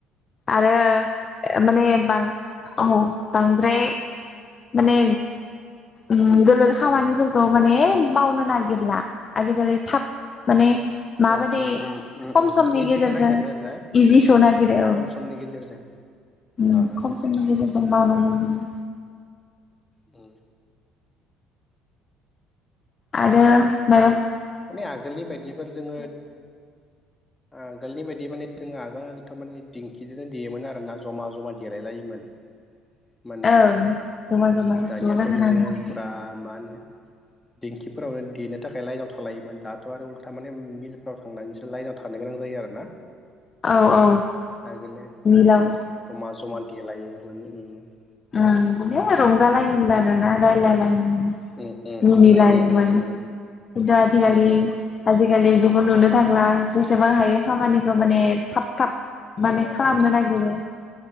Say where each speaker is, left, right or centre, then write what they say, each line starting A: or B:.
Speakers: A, on the left; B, on the left.
A: आरो माने बां औ बांद्राय माने ओ
B: उम
A: गोलोर खामानि खौ माने मावनो नागिरला आजिखालि थाब माने माबायदि
B: ओ उम उम उम
A: खम
B: उम
A: समनि
B: इजिखौ
A: गेजेरजों
B: नागिरो आरो ना
A: इजिखौ
B: इजि
A: नागिरो औ।
B: खम समनि गेजेरजों
A: उम
B: आ आ
A: खम समनि गेजेरजों मावनो मोनो।
B: उम।
A: आरो मा
B: माने आगोलनि बायदिफोर जोङो आगोलनि बायदि माने जोंङो आगोलथ' माने दिंखिजोंनो देयोमोन आरोना जमा जमा देलाय लायोमोन माने
A: ओं जमा जमा ज'
B: दानियाथ'
A: लोगो नांनानै
B: नोङो फुरा मा होनो दिंखिफोरावनो देनो थाखाय लाइनाव थालायोमोन दाथ' आरो उल्था माने मिलफ्राव थांनानैसो लाइनाव थानो गोनां जायो आरो ना।
A: औ औ
B: आगोलो
A: मिलाव
B: जमा जमा देलायोमोन -
A: ओं बिदिनो रंजालायोमोन आरोना रायलायलायो। उम
B: उम उम
A: मिनिलायोमोन
B: उम उम उम
A: खिन्थु आजिखालि
B: उम
A: आजिखालि बेखौ नुनो थांला जेसेबां हायो खामानिखौ माने
B: उम
A: थाब थाब माने
B: अ
A: खालामनो
B: अ
A: नागिरो।